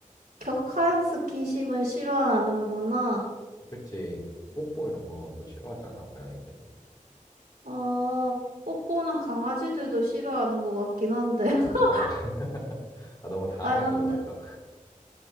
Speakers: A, on the right (about 85°); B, on the left (about 30°).
A: 격한 스킨십은 싫어하는구나.
B: 그치. 뽀뽀 이런 것도 싫어하잖아, 고양이들이.
A: 어, 뽀뽀는 강아지들도 싫어하는 것 같긴 한데. <laughs>
B: 아, 그래? <laughs> 아, 너무 당황해서
A: 아이, 근데,
B: 그런가?